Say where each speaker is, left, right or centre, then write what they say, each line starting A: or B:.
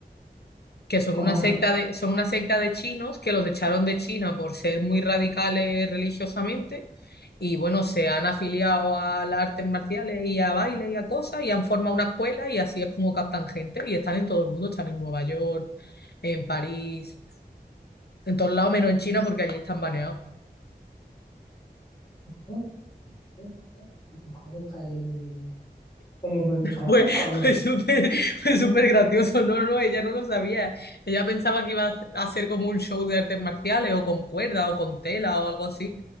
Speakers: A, on the left (about 75°); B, on the left (about 30°).
A: que son
B: como
A: una
B: una...
A: secta de, son una secta de chinos que los echaron de China por ser muy radicales religiosamente y bueno, se han afiliado a las artes marciales y a bailes y a cosas y han formado una escuela y así es como captan gente y están en todo el mundo, están en Nueva York, en París, en todos lados menos en China porque allí están baneados.
B: ¿eh? ¿eh? ¿eh? Y tu madre está ahí queriendo utilizar la
A: Fue,
B: cesta, ¿o qué
A: fue
B: le pasa?
A: súper, fue súper gracioso. No, no, ella no lo sabía. Ella pensaba que iba a hacer como un show de artes marciales o con cuerda o con tela o algo así.